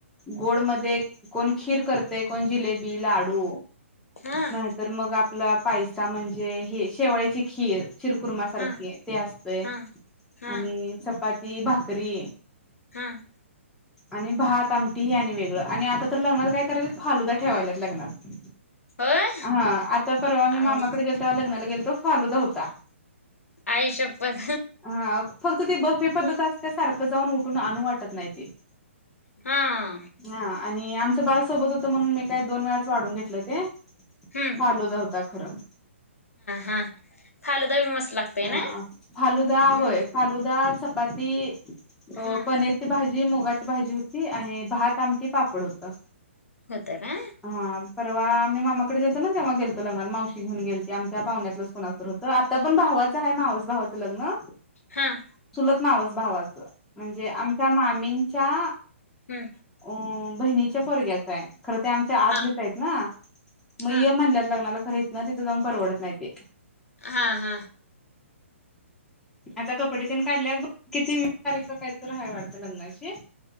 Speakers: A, in the centre; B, on the left (about 85°).
A: गोड मध्ये कोण खीर करतय, कोण जिले बि लाडू
B: हं,
A: ना तर मग आपला पायसा, म्हणजे हे शेवाळ्याची खीर शिर खू खुरमा सारखे
B: हं,
A: ते असतय
B: हं, हं,
A: आणि चपाती, भाकरी
B: हां.
A: आणि भात, आमटी हे आणि वेगळं आणि आता तर लग्नात काय करायलेत? फालूदा ठेवायल्यात लगनात
B: होय
A: हा आता परवा मी
B: आई
A: मामा कड गेल तो लग्नाला गेलतो, फालुदा होता.
B: आई शपथ
A: हा फक्त ते बफेपद्धत
B: हं,
A: आस त्या सारखं जाऊन, उठून अ आणनू वाटत नाही ते.
B: हां.
A: हां आणि आमचं बाळ सोबत होत, म्हणून मी काय दोन वेळाच वाढून घेतलं ते
B: हम्म.
A: फालुदा होता खरं.
B: हं. फालुदा बी मस्त लागतंय
A: आ
B: ना
A: फालुदा
B: हं,
A: होय. फालुदा, चपाती अ,
B: हं.
A: पनीर ची भाजी, मुगाची भाजी होती आणि भात, आमटी, पापड होत.
B: होत ना.
A: हा परवा आम्ही मामाकडे गेलतो ना, तेव्हा गेलतो लग्नाला, मावशी घेऊन गेलती, आमच्या पाहुण्यातलंच कोणाच तर होत, आता पण भावाच हाय मावस भावाचं लग्न.
B: हां.
A: चूलत मावस भावाचं, म्हणजे आमच्या मामींच्या
B: हुं.
A: ओ म बहिणीच्या पोरग्याच हाय खर च्या आतलेच
B: हा
A: आहेत ना, मग
B: हा
A: ये म्हणल्यात लग्नाला खर, इथनं तिथं जाऊन परवडत नाही ते.
B: हा हा.
A: आता कपडे तेन काढल्यात बघ, किती तारीख काय तर हाय वाटत लग्नाची